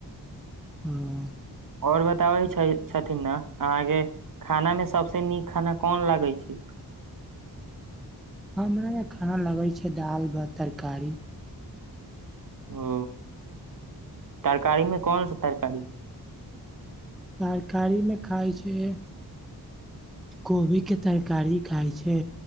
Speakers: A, in the centre; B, on the right (about 55°).
A: हँ
B: और बताबै छै छथिन ने अहाँ के खाना मे सबसे नीक खाना कोन लागै छै
A: हमरा यहां खाना लगैत छै दालि भात तरकारी
B: ओ तरकारी मे कोनसा तरकारी
A: तरकारी मे खाइ छै कोबी के तरकारी खाइत छै